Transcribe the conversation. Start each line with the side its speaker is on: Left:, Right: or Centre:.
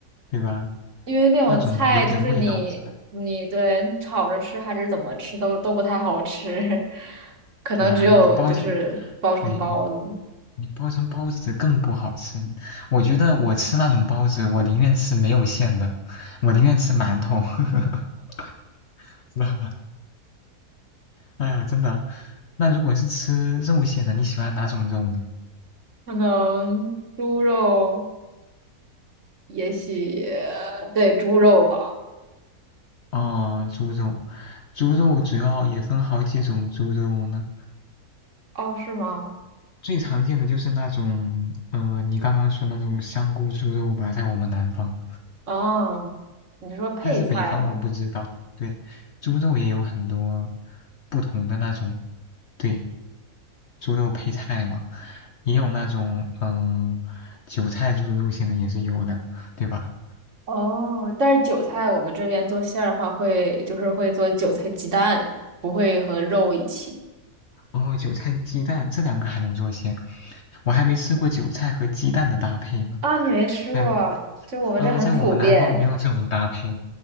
Left: 对吧？
Right: 因为那种菜就是你你对你炒着吃还是怎么吃都都不太好吃，
Left: 那种有点味道的菜，
Right: <laughs> 可能只有就是包成包子，
Left: 对啊，你包进，对，你你包成包子更不好吃。我觉得我吃那种包子，我宁愿吃没有馅的，我宁愿吃馒头，<laughs> 知道吧？哎呀，真的。那如果是吃肉馅的，你喜欢哪种肉呢？
Right: 可能猪肉，也许对猪肉吧。
Left: 哦，猪肉，猪肉主要也分好几种猪肉呢。
Right: 哦，是吗？
Left: 最常见的就是那种，呃，你刚刚说那种香菇猪肉吧，在我们南方，
Right: 哦，你是说配菜吗？
Left: 但是北方我不知道。对，猪肉也有很多不同的那种，对，猪肉配菜嘛。也有那种嗯、韭菜猪肉馅的也是有的，对吧？
Right: 哦，但是韭菜我们这边做馅儿的话会就是会做韭菜鸡蛋，不会和肉一起。
Left: 哦，韭菜鸡蛋这两个还能做馅，我还没吃过韭菜和鸡蛋的搭配呢。
Right: 啊，你没吃过，
Left: 在
Right: 就我们这很普遍。
Left: 呃，在我们南方没有这种搭配，